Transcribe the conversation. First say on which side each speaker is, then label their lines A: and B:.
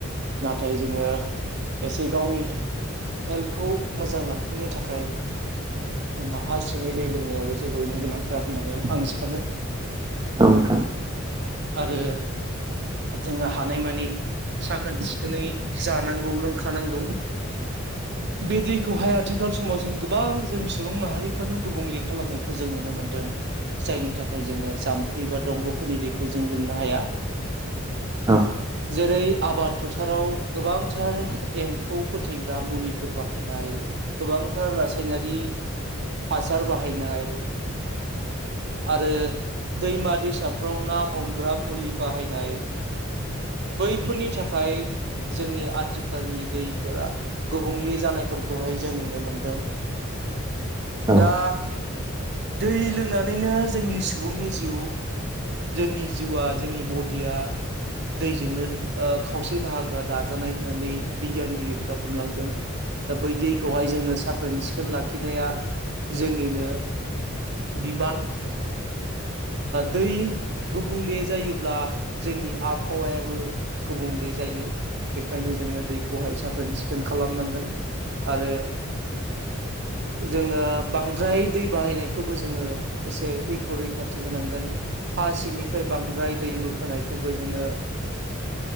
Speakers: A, on the right; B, on the right.
A: नाथाय जोंङो एसे गावनि हेल्थखौ मोजां लांफिननो थाखाय दै जोंना हा सिंगनि दै लोंनायाबो जोबोरैनो गोनांथार होननानै आं सानो।
B: नोंथां
A: आरो जोंङो हानायमानि साखोन सिखोनै जानांगौव लोंखानांगौ बे दैखौहाय आथिखाल समाव जों गोबां जों सुबुं माहारिफ्रानो गुबुंले खालामनायखौ जों नुनो मोनदों। जायनि थाखाय जोंङो जाम्फै बा दंग'फोरनि दैखौ जों लोंनो हाया।
B: औ
A: जेरै आबाद फोथाराव गोबांथार एम्फौ फोथैग्रा मुलिफोर बाहायनाय गोबांथार रासायनारि हासार बाहायनाय आरो दैमा दैसाफ्राव ना हमग्रा मुलि बाहायनाय बैफोरनि थाखाय जोंनि आथिखालनि दैफोरा गुबुंले जानायफोरखौहाय जों नुनो मोनदों
B: औ
A: दा दै लोंनानैयनो जोंनि सुबुंनि जिउ जोंनि जिउआ जोंनि बडिया दैजोंनो खावसे बाहागोआ दाजानाय होननानै बिगियानगिरिफ्रा बुंलांदों। दा बै दैखौहाय जोंङो साखोन सिखोन लाखिनाया जोंनिनो बिबान दै गुबुंले जायोब्ला जोंनि आबहावायाबो गुबुंले जायो बेखायनो जोंङो दैखौहाय साखोन सिखोन खालामनांगोन। आरो जोंङो बांद्राय दै बाहायनायखौबो जोंङो एसे दैखौ रैखाथि होनांगोन। हासिगनिफ्राय बांद्राय दै बोखोनायखौबो जोंङो